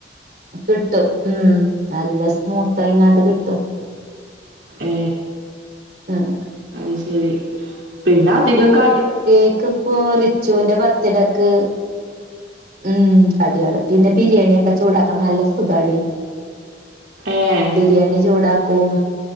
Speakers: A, on the right (about 50°); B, on the right (about 70°).
A: കിട്ടും ഉം നല്ല സ്മൂത്തായി ഇങ്ങാട്ട് കിട്ടും
B: ഏ
A: <unintelligible>
B: അത് ശരി പിന്നെ അധികം ക
A: കേക്ക് ഇപ്പോ റിച്ചുവിന്റെ ബർത്ത്ഡേക്ക് ഉം കടിയള് പിന്നെ ബിരിയാണിയൊക്കെ ചൂടാക്കൻ നല്ല സുഖടി
B: ഏഹ്
A: ബിരിയാണി ചൂടാക്കും